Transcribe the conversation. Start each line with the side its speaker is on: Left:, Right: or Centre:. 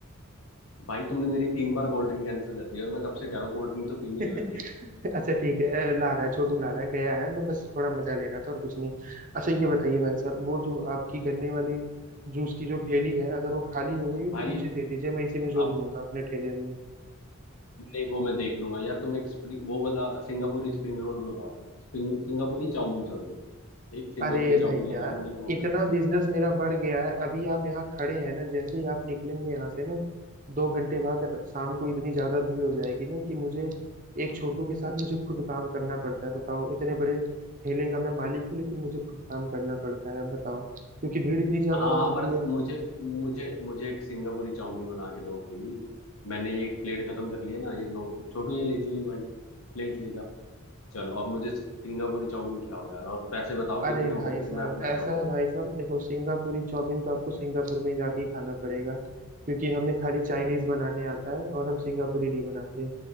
Left: भाई तुमने मेरी तीन बार कोल्ड ड्रिंक कैंसिल कर दी और मैं कब से कह रहा हूँ कोल्ड ड्रिंक तो पीनी
Right: <laughs>
Left: है मैंने
Right: अच्छा ठीक है ला रहा है छोटू ला रहा है गया है मैं बस थोड़ा मजा ले रहा था और कुछ नहीं अच्छा ये बताइए भाई साहब
Left: हाँ।
Right: वो जो आपकी गन्ने वाली जूस की जो ठेली है अगर वो खाली हो गई हो तो
Left: भाई
Right: मुझे दे दीजिए मैं इसी में जोड़
Left: अब
Right: लूंगा अपने ठेले में
Left: नहीं वो मैं देख लूंगा यार तुम एक स्प्रिंग वो वाला सिंगापुरी स्प्रिंग रोल भी लगाओ यार स्प्रिंग सिंगापुरी चाउमीन सॉरी एक सिंगापुरी
Right: अरे भैया
Left: चाउमीन लगाओ मैंने वो
Right: इतना बिजनेस मेरा बढ़ गया है अभी आप यहाँ खड़े हैं ना जैसे ही आप निकलेंगे यहाँ से ना दो घंटे बाद र- शाम को इतनी ज्यादा भीड़ हो जाएगी ना कि मुझे एक छोटू के साथ मुझे खुद काम करना पड़ता है बताओ इतने बड़े ठेले का मैं मालिक हूँ लेकिन मुझे खुद काम करना पड़ता है आप बताओ क्योंकि भीड़ इतनी ज्यादा
Left: हाँ
Right: हो जाती
Left: पर
Right: है
Left: मुझे मुझे मुझे एक सिंगापुरी चाउमीन बना के दो भाई मैंने ये प्लेट खत्म कर लिया ना ये लोग छोटू ये ले जाइए ये भाई प्लेट ले जा चलो अब मुझे सिंगापुरी चाउमीन खिलाओ यार और पैसे बताओ
Right: अरे
Left: कितने हो
Right: भाई
Left: गए फिर
Right: साहब
Left: मैं अपना
Right: ऐसा
Left: जाऊंगा
Right: है भाई
Left: यार
Right: साहब देखो सिंगापुरी चाउमीन तो आपको सिंगापुर में जाके ही खाना पड़ेगा क्योंकि हमें खाली चाइनीज बनाने आता है और हम सिंगापुरी नहीं बनाते